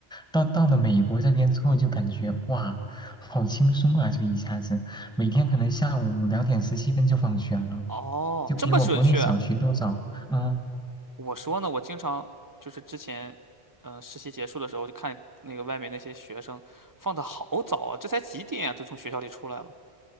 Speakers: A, in the centre; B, on the right.
A: 到到了美国这边之后，就感觉哇，好轻松啊，就一下子每天可能下午两点十七分就放学了，
B: 哦，
A: 就比我国内小学都早。
B: 这么准确？
A: 嗯、
B: 我说呢，我经常就是之前，嗯、实习结束的时候就看那个外面那些学生放的好早啊，这才几点啊，都从学校里出来了。